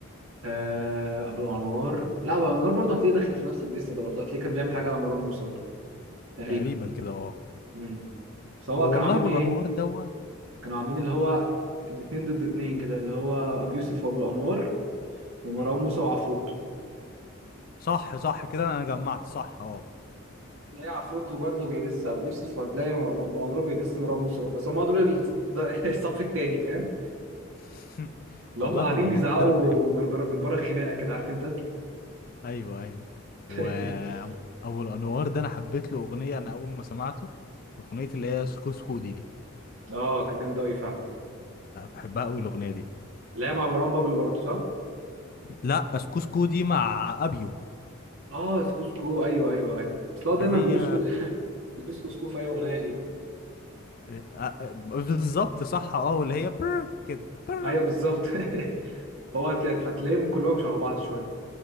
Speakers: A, on the right; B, on the left.
A: آه ابو انوار لا ابو انوار برضه هتلاقيه داخل في نفس الديس ده برضه هتلاقيه كان بيعمل حاجه على مروان موسى برضه تقريبا
B: تقريبا كده اه
A: امم سواء
B: هو
A: كانوا
B: والله
A: عاملين
B: أبو
A: ايه
B: الأنوار دوا
A: كانوا عاملين اللي هو اتنين ضد اتنين كده اللي هو أبي يوسف وأبو الأنوار ومروان
B: مم.
A: موسى وعفروتو
B: صح صح كده أنا جمعت صح اه
A: تلاقي عفروتو برضه بيدس أبو يوسف وهتلاقي أبو أنوار بيدس مروان موسى بس هم دول ال- ده- <laughs> الصف التاني فاهم
B: <laughs>
A: اللي
B: والله
A: هم قاعدين
B: أبو الأنوار
A: بيزعقوا
B: ده أنا بحب
A: من بره من بره الخناقة كده عارف أنت
B: ايوه ايوه وابو
A: <laughs>
B: الانوار ده انا حبيت له اغنيه انا اول ما سمعته اغنيه اللي هي سكوسكو دي
A: اه كانت جامدة أوي فعلا
B: بحبها قوي الاغنيه دي
A: اللي هي مع مروان بابلو برضه صح؟
B: لا سكوسكو دي مع ابيو
A: اه سكوسكو ايوه ايوه ايوه اصل
B: اللي
A: هو دايما
B: هي
A: بيقول سكو <laughs> بيقول سكوسكو في اي اغنيه ليه
B: آه، آه، بالظبط صح اه واللي هي بر كده بر
A: ايوه بالظبط <laughs> فهو هتلاقي- فتلاقيهم كلهم شبه بعض شويه